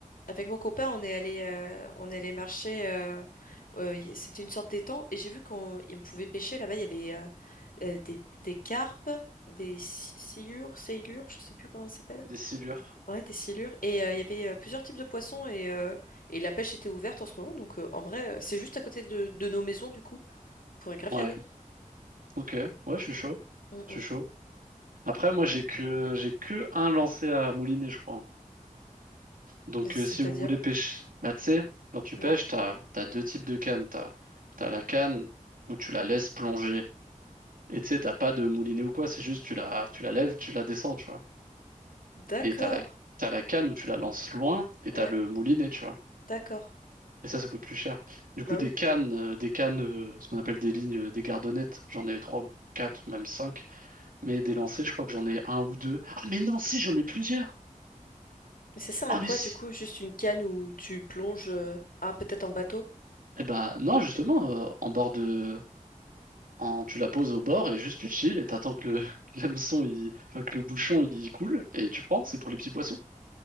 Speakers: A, on the left; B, on the right.
A: avec mon copain, on est allé, euh, on est allé marcher. euh, euh, y- c'était une sorte d'étang. Et j'ai vu qu'on y- on pouvait pêcher. Là-bas, il y avait euh, euh, des, des carpes, des sciures, sailures, je sais plus comment ça s'appelle.
B: des silures.
A: Ouais, des silures. Et euh, il y avait euh, plusieurs types de poissons et, euh, et la pêche était ouverte en ce moment. Donc euh, en vrai, euh, c'est juste à côté de, de nos maisons du coup. On pourrait grave
B: Ouais,
A: y aller.
B: ok, ouais, je suis chaud.
A: Mm,
B: Je
A: mm.
B: suis chaud. Après, moi, j'ai que, j'ai que un lancé à mouliner, je crois. Donc,
A: C'est-à-dire?
B: euh, si vous voulez pêcher, bah, tu sais, quand tu
A: Non.
B: pêches, t'as, t'as deux types de cannes. T'as, t'as la canne où tu la laisses plonger. Et tu sais, t'as pas de moulinet ou quoi, c'est juste tu la, tu la lèves, tu la descends, tu vois.
A: D'accord.
B: Et t'as la, t'as la canne où tu la lances loin et
A: Ouais,
B: t'as le moulinet, tu vois.
A: d'accord.
B: Et ça, ça coûte plus cher. Du
A: Bah
B: coup, des
A: oui.
B: cannes, euh, des cannes, euh, ce qu'on appelle des lignes, euh, des gardonnettes, j'en ai trois ou quatre, même cinq. Mais des lancers, je crois que j'en ai un ou deux. Ah, mais non, si, j'en ai plusieurs.
A: Mais ça sert
B: Ah,
A: à quoi
B: mais si.
A: du coup? Juste une canne où tu plonges... euh, Ah, peut-être en bateau?
B: Eh ben, non, justement, euh, en bord de, en, tu la poses au bord et juste tu chill et t'attends que le, <laughs> l'hameçon, il, enfin, que le bouchon, il coule et tu prends. C'est pour les petits poissons.